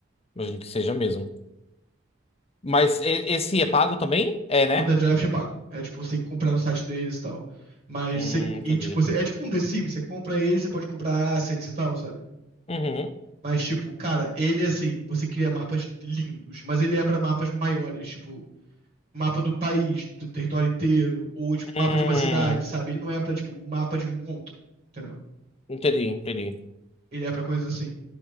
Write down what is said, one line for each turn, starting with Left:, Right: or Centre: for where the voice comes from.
Left: Imagino que seja mesmo. Mas e- esse é pago também? É, né?
Right: O Underdraft é pago. É tipo, você tem que comprar no site deles e tal. Mas
Left: Hum,
Right: você.
Left: entendi.
Right: E tipo, você, é tipo um The Sims. Você compra ele, você pode comprar assets e tal, sabe?
Left: Uhum.
Right: Mas tipo, cara, ele assim, você cria mapas lindos. Mas ele é pra mapas maiores. Tipo, mapa do país, do território inteiro, ou tipo,
Left: Hum,
Right: mapa de uma cidade, sabe? Ele não é pra, tipo, mapa de um encontro, entendeu?
Left: entendi, entendi.
Right: Ele é pra coisas assim.